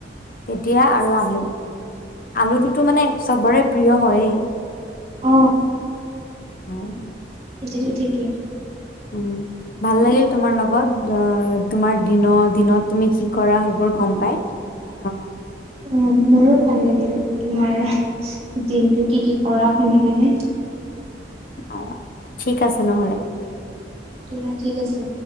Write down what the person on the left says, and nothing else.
তেতিয়া আৰু আলু আলুটোতো মানে চবৰে প্ৰিয় হয়য়ে উম
হম
উ ভাল লাগিল তোমাৰ লগত আহ তোমাৰ দিনৰ দিনত তুমি কি কৰা সেইবোৰ গম পাই অ
অ ঠিক আছে নহলে